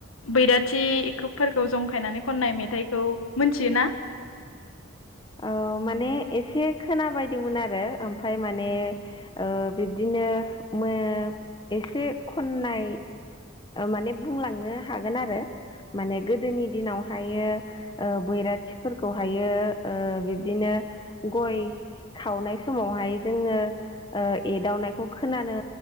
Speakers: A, on the left; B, on the left.
A: बैराथिखौ फोरखौ जंखायनानै खननाय मेथाइखौ मोनथियोना?
B: औ माने एसे खोनाबायदोंमोन आरो ओमफाय माने ओ बिब्दिनो ओ मो, एसे खननाय। माने बुंलांनो हागोन आरो। माने गोदोनि दिनावहायो बैराथिफोरखौहायो। ओ, बिब्दिनो गय खावनाय समावहाय जोङो ओ, एदावनायखौ खोनानो